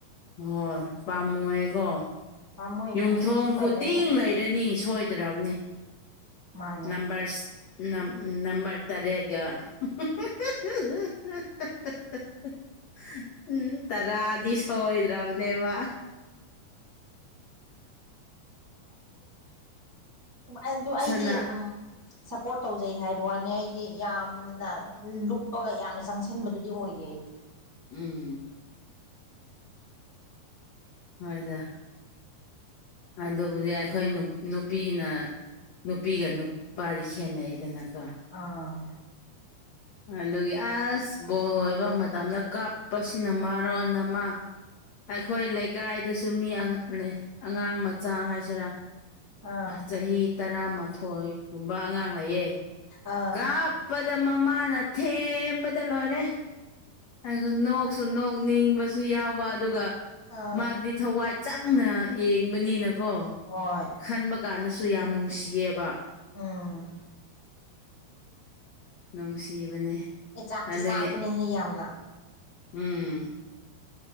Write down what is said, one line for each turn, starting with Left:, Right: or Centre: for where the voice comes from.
Left: ꯍꯣꯏ ꯄꯥꯝꯃꯨꯔꯦ ꯀꯣ
Right: ꯄꯥꯝꯃꯨꯏ
Left: ꯌꯨꯝꯊꯣꯡ
Right: ꯑꯩꯗꯤ ꯁꯨꯛꯂꯩ
Left: ꯈꯨꯗꯤꯡ
Right: ꯂꯩꯔꯣꯏ
Left: ꯂꯩꯔꯅꯤ ꯁꯣꯏꯗ꯭ꯔꯕꯅꯤ
Right: ꯃꯥꯅꯦ
Left: ꯅꯝꯕꯔꯁ ꯅꯝꯕꯔ ꯇꯔꯦꯠꯒ <unintelligible> ꯎꯝ ꯇꯔꯥꯗꯤ ꯁꯣꯏꯗ꯭ꯔꯕꯅꯦꯕ
Right: ꯑꯗꯨ ꯑꯩꯗꯤ
Left: ꯁꯅ
Right: ꯎꯝ ꯁꯄ꯭ꯔꯣꯠ ꯇꯧꯖꯩ ꯍꯥꯏꯕ ꯋꯥꯅꯤ ꯑꯩꯗꯤ ꯌꯥꯝꯅ ꯂꯨꯞꯄꯒ ꯌꯥꯝꯅ ꯆꯪꯁꯟꯕꯗꯨꯗꯤ ꯑꯣꯏꯗꯦ ꯑꯩꯒꯤ
Left: ꯎꯝ ꯍꯣꯏꯗ ꯑꯗꯨꯕꯨꯗꯤ ꯑꯩꯈꯣꯏ ꯅꯨꯄꯤꯅ ꯅꯨꯄꯤꯒ ꯅꯨꯄꯥꯗꯤ ꯈꯦꯠꯅꯩ ꯑꯗꯨꯅꯦꯀꯣ
Right: ꯑꯥ
Left: ꯑꯗꯨꯒꯤ ꯑꯁ ꯕꯣꯜ ꯑꯣꯏꯕ ꯃꯇꯝꯗ ꯀꯥꯞꯄꯁꯤꯅ ꯃꯥ ꯑꯃ ꯑꯩꯈꯣꯏ ꯂꯩꯀꯥꯏ ꯑꯗꯨꯗꯁꯨ ꯃꯤ ꯂꯩ ꯑꯉꯥꯡ ꯃꯆꯥ ꯍꯥꯏꯁꯤꯔꯥ
Right: ꯑꯥ
Left: ꯆꯍꯤ ꯇꯔꯥꯃꯥꯊꯣꯏꯒꯨꯝꯕ ꯑꯉꯥꯡ ꯂꯩꯌꯦ
Right: ꯑꯥ
Left: ꯀ <unintelligible> ꯑꯗꯨꯗ ꯃꯃꯥꯅ ꯊꯦꯝꯕꯗ ꯂꯣꯏꯔꯦ ꯑ ꯅꯣꯛꯁꯨ ꯅꯣꯛ ꯅꯤꯡꯕꯁꯨ ꯑꯗꯨꯁꯨ ꯌꯥꯎꯕ ꯑꯗꯨꯒ
Right: ꯑꯥ
Left: ꯃꯥꯗꯤ ꯊꯋꯥꯏ ꯆꯪꯅ ꯌꯦꯡꯕꯅꯤꯅꯀꯣ
Right: ꯍꯣꯏ
Left: ꯈꯟꯕ ꯀꯥꯟꯗꯁꯨ ꯌꯥꯝ ꯅꯨꯡꯁꯤꯌꯦꯕ
Right: ꯎꯝ
Left: ꯅꯨꯡꯁꯤꯕꯅꯦ
Right: ꯑꯦ ꯆꯥꯛꯇꯤ
Left: ꯑꯗꯒꯤ
Right: ꯆꯥꯛꯄꯅꯦꯍꯦ ꯌꯝꯅ
Left: ꯎꯝ